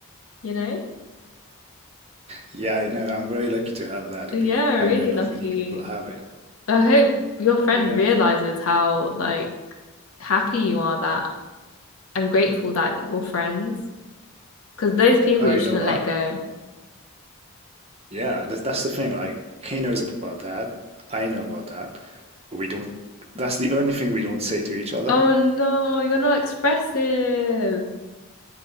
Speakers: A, on the left; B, on the right.
A: you know?
B: Yeah, I know. I'm very lucky to have that.
A: Yeah,
B: I mean,
A: really
B: I know not
A: lucky.
B: many people have it.
A: I hope your friend
B: Yeah.
A: realizes how like happy you are that and grateful that you're friends because those people
B: Oh,
A: you
B: you
A: shouldn't
B: know what?
A: let go.
B: Yeah, that's, that's the thing. Like, he knows about that. I know about that. We don't, that's the only thing we don't say to each other.
A: Oh no, you're not expressive.